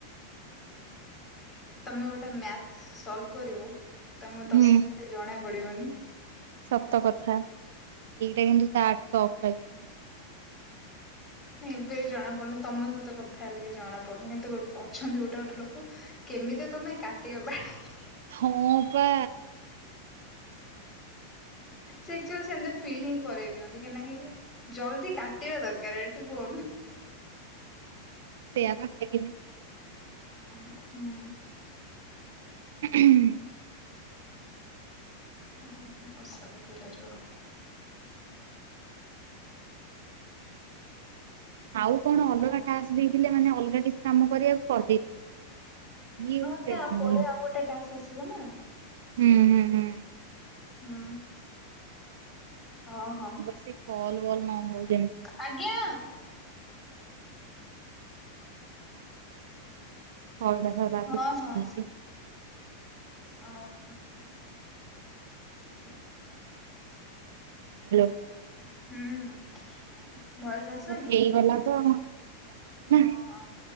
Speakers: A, on the left; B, on the right.
A: ତମେ ଗୋଟେ ମ୍ୟାଥ୍ ସଲଭ କରିବ ତମକୁ ଦଶ
B: ହୁଁ।
A: ମିଣ୍ଟି ଜଣା ପଡ଼ିବନି।
B: ସତ କଥା ଏଇଟା କିନ୍ତୁ ତାଠୁ ଟଫ୍ ଲାଗୁଚି।
A: ନାଇଁ ଏବେ ଜଣାପଡ଼ୁନି ତମ ସହିତ କଥା ହେଲେ କି ଜଣାପଡ଼ୁନି କିନ୍ତୁ ଗୋଟ ଅଛନ୍ତି ଗୋଟେ ଗୋଟେ ଲୋକ କେମିତି ରେ ତମେ କାଟିବ ଭାଇ।
B: ହଁ ପା
A: ସେ ଏକ୍ଚୁଆଲି ସେନ୍ତା ଫିଲ୍ ହିଁ କରେଇ ଦିଅନ୍ତି କି ନାହିଁ ଇଏ ଜଲ୍ଦି କାଟିବା ଦରକାର ଏଇଠୁ ଫୋନ୍।
B: ସେଇଆ ବା ଭାଇ କେମିତ ରଖ
A: ହଁ ହୁଁ।
B: ଉଁ ଉଁହୁଁ।
A: ହଁ ହଁ ବର୍ଷା ପକେଇଲା ଜୋର।
B: ଆଉ କଣ ଅଲଗା
A: ହଉ
B: ଟାକ୍ସ ଦେଇଥିଲେ ମାନେ ଅଲଗା କିଛି କାମ କରିବାକୁ କରିଦେଇଥାନ୍ତେ ପିଲା। ଇଏ
A: ହଁ
B: ଗୋଟେ
A: ସେ ଆଉ
B: ହୁଁ
A: ପରେ ଆଉ ଗୋଟେ ଟାସ୍ ଆସିବ ନା।
B: ଉଁ ହୁଁ। ହୁଁ
A: ହୁଁ। ହଁ ହଁ।
B: ବେଶି କଲ ବଲ ନ ହଉ ଯେମତି।
A: ଆଜ୍ଞା।
B: ସଇଲା ସଇଲା
A: ହଁ
B: ତିନି ଚାରି
A: ହଁ।
B: ମିନିଟ୍।
A: ଆଉ କଣ ହେଇଗରା
B: ହାଲୋ।
A: ହୁଁ ଭଏସ ଆସପାରୁନି
B: ହଉ ହେଇଗଲା ତ ନା।
A: ହଁ।